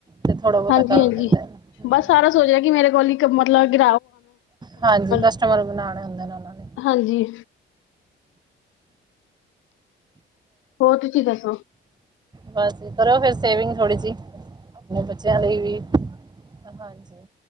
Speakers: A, on the right; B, on the left.
A: ਤੇ ਥੋੜਾ ਬਹੁਤਾ
B: ਹਾਂਜੀ-ਹਾਂਜੀ
A: ਕਰ ਦਿੰਦੇ ਨੇ
B: ਬਸ
A: ਹਾਂਜੀ
B: ਸਾਰਾ ਸੋਚ ਰਿਹਾ ਕਿ ਮੇਰੇ ਕੋਲ ਹੀ ਮਤਲਬ
A: ਹਾਂਜੀ ਕਸਟਮਰ
B: <unintelligible>
A: ਬਣਾਉਣੇ ਹੁੰਦੇ ਨੇ ਉਹਨਾਂ ਨੇ
B: ਹਾਂਜੀ। ਹੋਰ ਤੁਸੀ ਦੱਸੋ?
A: ਬਸ ਕਰੋ ਫੇਰ ਸੇਵਿੰਗ ਥੋੜੀ ਜਿਹੀ ਆਪਣੇ ਬੱਚਿਆਂ ਲਈ ਵੀ। ਹਾਂਜੀ।